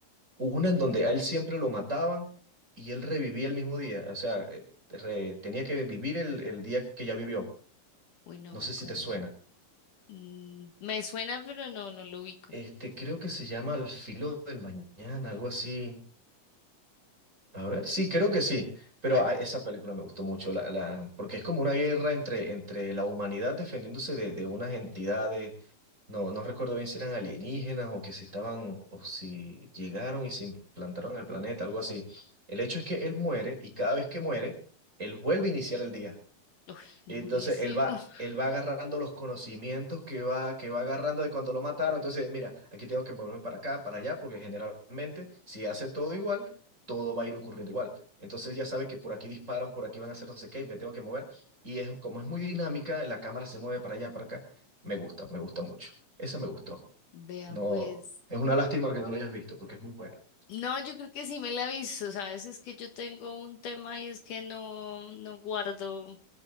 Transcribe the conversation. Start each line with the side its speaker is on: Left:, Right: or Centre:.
Right: Hubo una en donde a él siempre lo mataban y él revivía el mismo día, o sea, eh, re- tenía que vivir el el día que ya vivió.
Left: Uy, no
Right: No
Left: me
Right: sé
Left: acuerdo.
Right: si te suena.
Left: Mm, Me suena, pero no, no lo ubico.
Right: Este, creo que se llama Al filo del mañana, algo así. A ver, sí, creo que sí. Pero ah, esa película me gustó mucho, la, la- porque es como una guerra entre, entre la humanidad defendiéndose de, de unas entidades. No, no recuerdo bien si eran alienígenas o que si estaban, o si llegaron y se implantaron en el planeta, algo así. El hecho es que él muere y cada vez que muere, él vuelve a iniciar el día.
Left: Uy, durísimo.
Right: Y entonces él va,
Left: <laughs>
Right: él va agarrando los conocimientos que va, que va agarrando de cuando lo mataron. Entonces, mira, aquí tengo que moverme para acá, para allá, porque generalmente si hace todo igual, todo va a ir ocurriendo igual. Entonces él ya sabe que por aquí disparan, por aquí van a hacer no sé qué, y me tengo que mover. Y es, como es muy dinámica, la cámara se mueve para allá, para acá. Me gusta, me gusta mucho. Esa
Left: Mm,
Right: me gustó.
Left: Vea,
Right: No,
Left: pues.
Right: es una lástima que no la hayas visto, porque es muy buena.
Left: No, yo creo que sí me la aviso, ¿sabes? Es que yo tengo un tema y es que no, no guardo